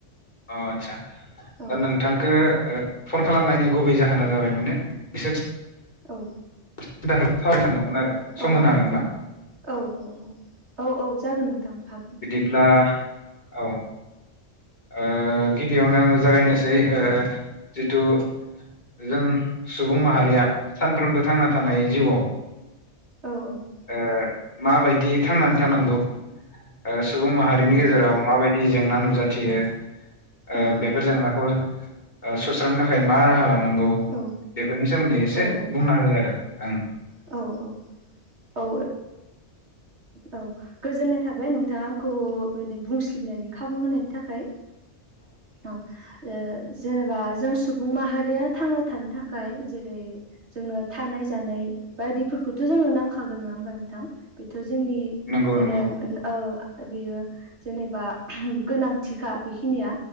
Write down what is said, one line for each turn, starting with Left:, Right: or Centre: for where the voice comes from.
Left: अ आदसा दा
Right: औ
Left: नोंथांखो ओ फन खालामनायनि गुबै जाहोना जाबाय माने इसे
Right: औ।
Left: सिन्था <unintelligible> सानदोंमोन आरो सम
Right: औ
Left: होनो हागोनबा?
Right: औ औ औ औ औ जागोन नोंथां हागोन।
Left: बिदिब्ला ओ औ ओ गिबियावनो आङो जागायनोसै ओ जिथु जों सुबुं माहारिया सानफ्रोमबो थांना थानाय जिउआव
Right: औ औ।
Left: ओ माबायदि थांनानै थानांगौ ओ सुबुं माहारिनि
Right: औ
Left: गेजेराव
Right: औ
Left: माबायदि? दि जेंना नुजाथियो। ओ
Right: उम
Left: बेफोर
Right: उम
Left: जेंनाखौ ओ सुस्रांनो थाखाय मा राहा लानो? नांगौ
Right: औ
Left: बेफोरनि सोमोन्दै एसे
Right: औ
Left: बुंना हो आरो ओं
Right: औ औ औ ओ औ गोजोननाय थाबाय नोंथां आंखौ बि बुंसलिबनायनि खाबु होनायनि थाखाय औ। ओ जेनेबा जों सुबुं माहारिया थांना थानो थाखाय जेरै जोंनो थानाय जानाय। बायदिफोरखौथ' जोंनो नांखागोन नङा होमबा नोंथां बेथ' जोंनि
Left: नंगौ
Right: जेने
Left: नंगौ
Right: ओ बेयो जेनेबा गोनांथिखा बेखिनिया